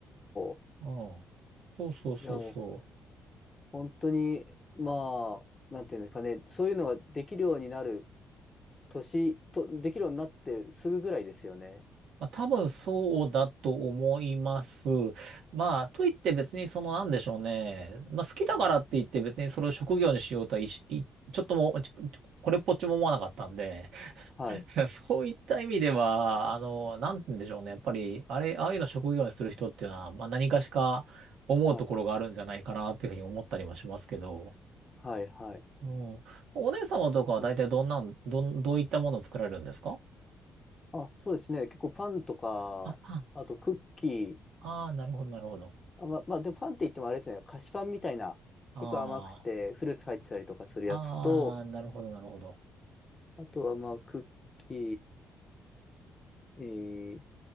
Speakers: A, on the left (about 25°); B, on the right (about 80°).
A: ー、
B: うん。そうそうそうそう。
A: いやもう本当に、まあ、なんていうんですかね、そういうのができるようになる年と、できるようになってすぐぐらいですよね。
B: まあ多分そうだと思います。まあ、といって別にそのなんでしょうね。まあ好きだからって言って別にそれを職業にしようとはいしいちょっとも、
A: はい、
B: ちこれっぽっちも思わなかったんで、
A: はい、
B: <laughs> そういった意味では、あの、なんて言うんでしょうね。やっぱり、あれ、ああいうの職業にする人っていうのは、まあ何かしか思うところがあるんじゃないかなっていうふうに思ったりもしますけど、
A: はい、はい、はい。
B: おー、お姉様とかは大体どんなん、
A: うん
B: どん、どういったものを作られるんですか
A: あ、そうですね、結構パンとか、
B: あ、パン。
A: あとクッキー、
B: ああ、なるほど、なるほど。
A: あ、ま、まあ、でもパンって言ってもあれですね、菓子パンみたいな、
B: あ
A: 結構甘くてフルーツ入ってたりとかするやつと、
B: あ、ああ、なるほど、なるほど。
A: あとは、まあ、クッキー、えー